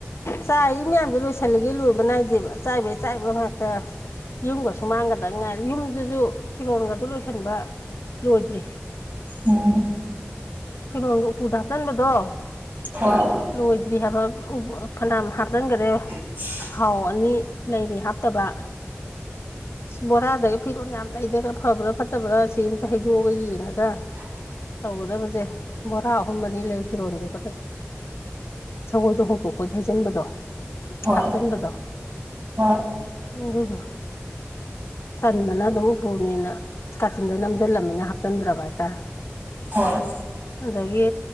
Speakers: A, on the left; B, on the right.
A: ꯆꯥꯏ ꯃꯌꯥꯝꯗꯨꯣ ꯂꯣꯏꯁꯤꯜꯂꯤꯒꯦ ꯂꯣꯏꯕ ꯅꯥꯏꯗꯦꯕ ꯆꯥꯏꯕꯩ ꯆꯥꯏꯕ ꯉꯥꯛꯇ ꯌꯨꯝꯒꯁꯨ ꯃꯥꯡꯒꯗ ꯉꯥꯏ ꯌꯨꯝꯗꯨꯁꯨ ꯐꯤꯔꯣꯟꯒꯗꯨ ꯂꯣꯏꯁꯤꯟꯕ ꯂꯣꯏꯗ꯭ꯔꯤ
B: ꯎꯝ
A: ꯐꯤꯔꯣꯟꯒ ꯎꯄꯨꯗ ꯍꯥꯞꯆꯤꯟꯕꯗꯣ
B: ꯍꯣꯏ
A: ꯂꯣꯏꯗ꯭ꯔꯤ ꯍꯥꯏꯕ ꯐꯅꯌꯥꯝ ꯍꯥꯞꯆꯟꯒꯅꯦ
B: ꯦ
A: ꯊꯥꯎ ꯑꯅꯤ ꯂꯩꯔꯤ ꯍꯥꯞꯇꯕ ꯕꯣꯔꯥꯗꯒꯤ ꯐꯤꯔꯣꯜ ꯌꯥꯝ ꯂꯩꯗ꯭ꯔꯒ ꯐꯕ꯭ꯔꯥ ꯐꯠꯇꯕ꯭ꯔꯥ ꯁꯤ ꯑꯃꯇ ꯍꯥꯏꯩꯗꯣꯛꯑꯒ ꯌꯦꯡꯉꯦ ꯈꯒ ꯇꯧꯒꯗꯕꯁꯦ ꯕꯣꯔꯥ ꯑꯍꯨꯝ ꯑꯅꯤ ꯂꯩ ꯐꯤꯔꯣꯟꯁꯨ <unintelligible> <unintelligible> ꯍꯣꯡꯇꯣꯛꯄꯩ ꯍꯩꯖꯤꯟꯕꯗꯣ
B: ꯍꯣꯏ
A: ꯍꯥꯞꯆꯤꯟꯕꯗꯣ
B: ꯍꯣꯏ
A: ꯑꯗꯨꯗꯣ ꯇꯟꯗꯅ ꯑꯗꯨꯝ ꯎꯞꯄꯨꯅꯦꯅ ꯀꯥꯆꯤꯟꯗ ꯅꯝꯁꯤꯜꯂꯝꯃꯤꯅ ꯍꯥꯞꯆꯤꯟꯗ꯭ꯔꯕ ꯍꯥꯏꯇꯥꯔꯦ
B: ꯍꯣꯏ
A: ꯑꯗꯒꯤ